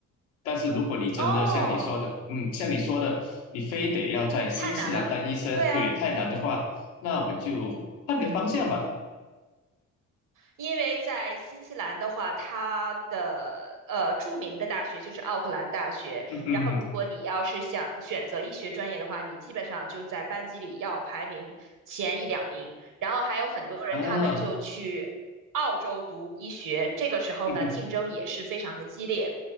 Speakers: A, on the left; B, on the right.
A: 但是如果你真的像你说的，
B: 哦，
A: 嗯，像你说的，你非得要在新西兰当医生，
B: 太难了。对啊，
A: 对，太难的话，那我们就换个方向吧。
B: 因为在新西兰的话，它的呃著名的大学就是奥克兰大学。
A: 嗯哼哼，
B: 然后，如果你要是想选择医学专业的话，你基本上就在班级里要排名前一两名。然后还有很多人，
A: 嗯啊，
B: 他们就去澳洲读医学，这个时候呢，
A: 嗯哼。
B: 竞争也是非常的激烈。